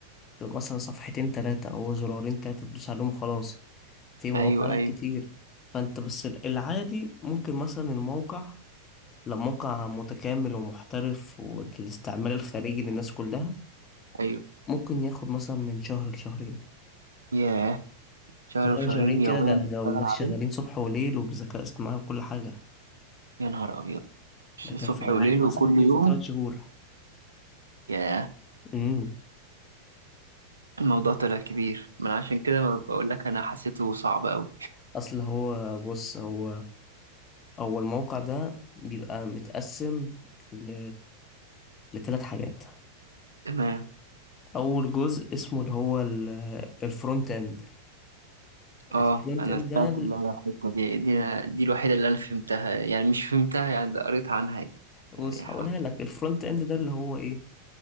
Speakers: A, on the left (about 25°); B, on the right (about 75°).
A: تبقى مثلا صفحتين تلاتة او زرارين تلاتة تدوس عليهم وخلاص في مواقع
B: ايوه
A: لك
B: ايوه
A: كتير فانت بس ال- العادي ممكن مثلا الموقع لو موقع متكامل ومحترف والاستعمال الخارجي للناس كلها
B: ايوه
A: ممكن ياخد مثلا من شهر لشهرين
B: ياه شهر
A: ده كام
B: وشهرين
A: شهرين كده
B: يوميا
A: ده
B: بتشتغل
A: ده لو الناس شغالين
B: عليه
A: صبح وليل وبذكاء اصطناعي وكل حاجة
B: يا نهار ابيض ش-
A: لكن
B: صبح
A: في العادي
B: وليل
A: مثلا
B: وكل
A: ممكن ياخد
B: يوم
A: تلات شهور
B: ياه
A: امم
B: الموضوع طلع كبير من عشان كده ما بقول لك انا حسيته صعب قوي
A: اصل هو بص هو هو الموقع ده بيبقى متقسم ل... لثلاث حاجات
B: تمام
A: اول جزء اسمه اللي هو ال... الفرونت اند
B: اه
A: الفرونت
B: انا
A: اند ده
B: سمعت
A: ال-
B: اللي هي الحته دي دي أنا- دي الوحيده اللي انا فهمتها يعني مش فهمتها يعني ده قريت عنها دي
A: بص
B: يعني
A: هقولها
B: ح-
A: لك الفرونت اند ده اللي هو ايه